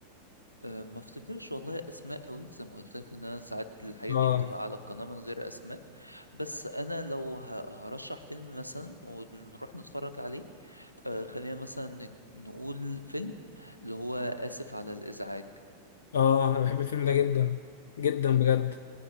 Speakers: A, on the left (about 85°); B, on the left (about 65°).
A: أه، ما افتكرش والله اسماء قوي زي ما قلت لك ان انا ساعات الحاجات
B: اه
A: دي بتبقى على القناه من غير اسماء بس انا لو ه- هرشح فيلم مثلا ونروح نتفرج عليه أه، خلينا مثلا نك- نقول فيلم اللي هو اسف على الازعاج
B: <laughs> اه انا بحب الفيلم ده جدا جدا بجد